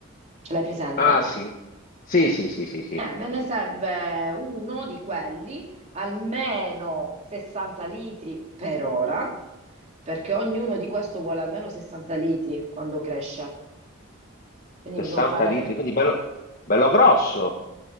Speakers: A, on the right (about 35°); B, on the left (about 40°).
A: Ce l'hai presente?
B: Ah sì. Sì, sì, sì, sì, sì.
A: Eh, me ne serve uno di quelli, almeno 60 litri per ora, perché ognuno di questo vuole almeno 60 litri quando cresce. Quindi
B: 60
A: mi devo fare...
B: litri, quindi bello, bello grosso.